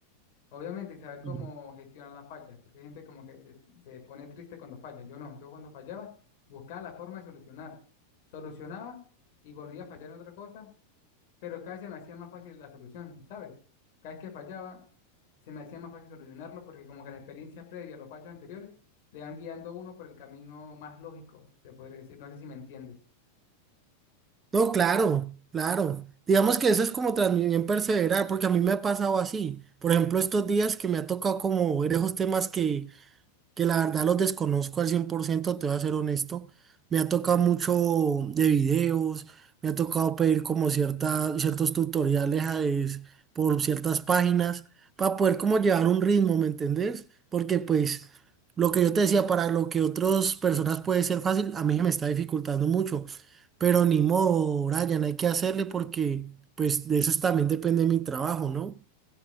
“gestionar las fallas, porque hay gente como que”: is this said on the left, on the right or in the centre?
Left